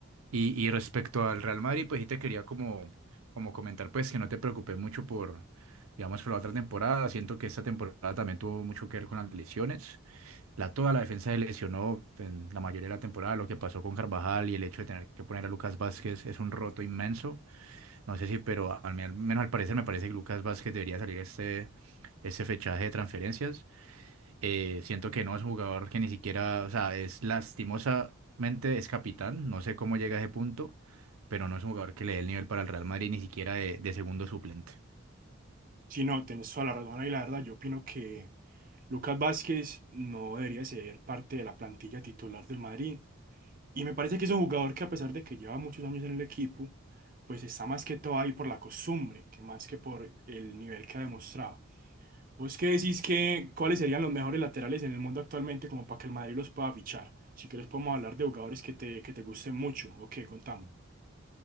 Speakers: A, on the right; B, on the right.
A: y, y respecto al Real Madrid, pues sí te quería como, como comentar, pues que no te preocupes mucho por, digamos, por la otra temporada. Siento que esta temporada también tuvo mucho que ver con las lesiones. La, toda la defensa se lesionó en la mayoría de la temporada. Lo que pasó con Carvajal y el hecho de tener que poner a Lucas Vázquez es un roto inmenso. No sé si, pero al men- menos al parecer me parece que Lucas Vázquez debería salir este, este fechaje de transferencias. Eh, siento que no es un jugador que ni siquiera, o sea, es lastimosamente es capitán, no sé cómo llega a ese punto, pero no es un jugador que le dé el nivel para el Real Madrid ni siquiera de, de segundo suplente.
B: Sí, no, tenés toda la razón y la verdad, yo opino que Lucas Vázquez no debería ser parte de la plantilla titular del Madrid. Y me parece que es un jugador que a pesar de que lleva muchos años en el equipo, pues está más que todo ahí por la costumbre, que más que por el nivel que ha demostrado. ¿Vos qué decís que cuáles serían los mejores laterales en el mundo actualmente como para que el Madrid los pueda fichar? Si querés podemos hablar de jugadores que te, que te gusten mucho. Ok, contame.